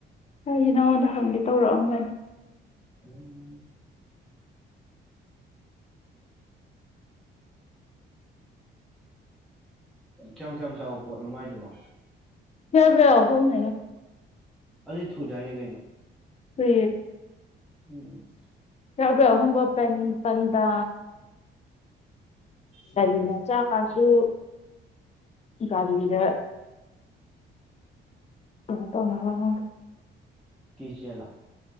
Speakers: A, on the left; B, in the centre.
A: ꯑꯩꯒꯤ ꯅꯉꯣꯟꯗ ꯍꯪꯗꯦ ꯇꯧꯔꯛꯑꯃꯅꯤ
B: ꯎꯝ ꯀꯌꯥꯝ ꯀꯌꯥꯝ ꯆꯥꯎꯕ ꯄꯣꯠꯅꯣꯃꯥꯏꯗꯨꯕꯣ
A: ꯐꯔꯕꯍꯅꯦ
B: ꯑꯗꯨ ꯊꯨ ꯆꯥꯏꯅꯤ ꯀꯩꯅꯣ
A: ꯍ
B: ꯎꯝ
A: ꯌꯥꯍꯕ ꯄꯦꯟꯄꯟꯗ
B: ꯎꯝ
A: ꯏ ꯆꯥ ꯀꯥꯁꯨ ꯥꯟꯙꯤꯗ ꯑꯇ ꯃꯅꯒ
B: ꯀꯆꯦꯂ